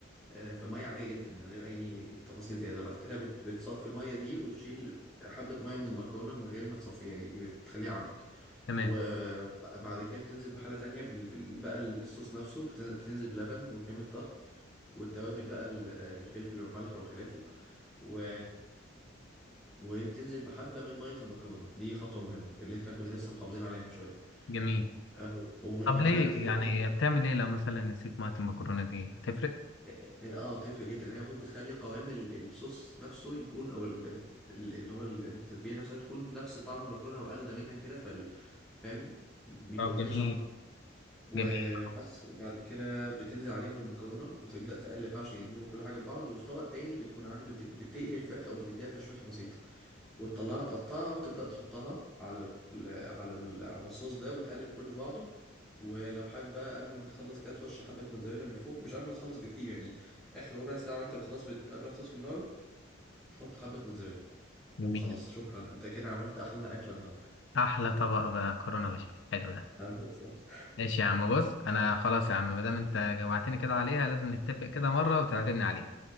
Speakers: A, in the centre; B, on the left.
A: آه، في ميه عاديه جدا من غير اي تفاصيل زياده بعد كده بت- بتصفي الميه دي وتشيل حبه ميه من المكرونه من غير ما تصفيها يعني إيه، بتخليها عندك
B: تمام
A: وبعد كده بتنزل بحله تانية بال... بال... بقى الصوص نفسه بت- بتنزل بلبن وكريمه طهي والتوابل بقى ال- الفلفل والملح وخلافه و... وبتنزل بحبه من ميه المكرونه دي خطوه مهمه اللي احنا كنا لسه محافظين عليها من شويه
B: جميل
A: آه، ومن
B: طب
A: بعدها
B: ليه
A: بتبدا
B: يعني بتعمل ايه لو مثلا نسيت ميه المكرونه دي هتفرق
A: اه آه، آه، تفرق جدا يعني هي المفروض بتخلي قوام ال- الصوص نفسه يكون او ال- ال- ال- اللي هو ال- التتبيله نفسها تكون نفس طعم المكرونه واخده منها كده فال فاهم بيبقوا
B: طب
A: الاتنين
B: جميل
A: شبه وبس
B: جميل خلاص
A: وبعد كده بتنزل عليهم بالمكرونة وتبدأ تقلب بقى عشان يدمجوا كل حاجة ببعض وفي طبق تاني بتكون عامل بت- بتقلي الفراخ أو بتديها تشويحة بسيطة وتطلعها تقطعها وتبدأ تحطها على ال على ال على الصوص ده وتقلب كله في بعضه ولو حابب بقى قبل ما تخلص كده ترش حبة موتزاريلا من فوق مش قبل ما تخلص بكتير يعني آخر ربع ساعة وأنت خلاص بت... قبل ما تطفي النار حط حبة موتزاريلا
B: جميل
A: وخلاص شكرا أنت كده عملت أحلى أكلة النهاردة
B: احلى طبق بقى مكرونه بشاميل حلو ده
A: آه، بالظبط
B: ماشي يا عم بص انا خلاص يا عم ما دام انت جوعتني كده عليها لازم نتفق كده مره وتعزمني عليها